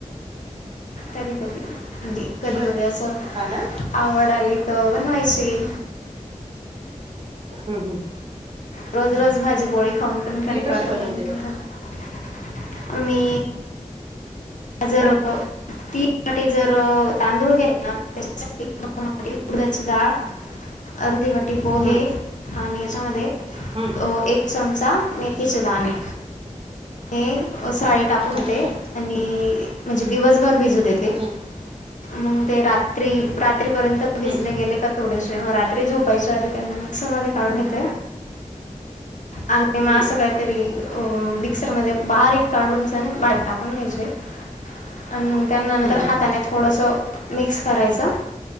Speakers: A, on the left; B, on the right.
A: कधी, कधी म्हणजे कधी
B: बर
A: मध असंऽऽ
B: हा ना
A: आवड आली तर बनवायचीी.
B: हम्म, हम्म,
A: रोज, रोज भाजीपोळी खाऊन पण कटळटो,
B: कशी बनवते
A: हो. मी, हजर,, तीन वाटी जर तांदूळ घातले ना,, त्यासाठी दोन वाटी उर्दची डाळ, अर्धी वाटी पोहे,
B: हं
A: आणि याच्यामध्ये,
B: हं
A: एक चमचा मेथीचे दाणे. हे साळी टाकून येते
B: अच्छा
A: आणिऽऽ आणि, म्हणजे दिवसभर भिजू देते.
B: हं
A: मग ते रात्री, रात्रीपर्यंत भिजले
B: हं
A: गेले का थोडेसे रात्री झोपायच्या आधी त्यांनाऽऽ मिक्सर मधे काढून घेते. आणि मग
B: हं
A: असं काहीतरी, अं मिक्सर मध्ये बारीक काढून सण, बाट टाकून घ्यायचऽऽ आणि मग त्या नंतर
B: हं हं
A: हाताने थोडसंऽ मिक्स करायचं,